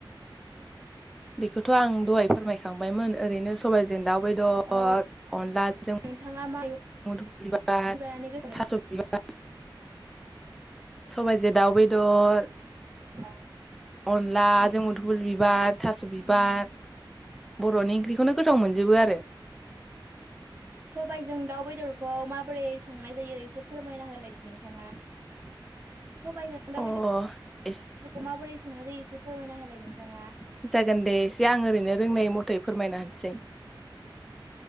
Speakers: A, in the centre; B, on the right.
A: बेखौथ आं दहाय फोरमायखांबायमोन ओरैनो सबायजों दाउ बेदर
B: औ
A: अनलाजों
B: नोंथाङा मा मैगं
A: मदुफुल बिबार
B: जानानै गोथाव
A: थास बिबार! सबायाइजों दाउ बेदर
B: मोनो
A: अनला
B: उम
A: जोंमुधुबल बिबार थास' बिबार
B: उम
A: बर'नि ओंख्रिखौनो गोथाव मोनजोबो आरो।
B: सबायाइजों दाउ बेदरखौ माबोरै संनाय जायो एसे फोरमायना होलाय नोंथाङा? <unintelligible> सबायजों दाव
A: अ
B: <unintelligible>
A: एसे
B: माबोरै संननाय जायो एसे फोरमायना होलाय नोंथांङा
A: जागोन दे एसे आं ओरैनो रोंनाय मथे फोरमायनो होनसै।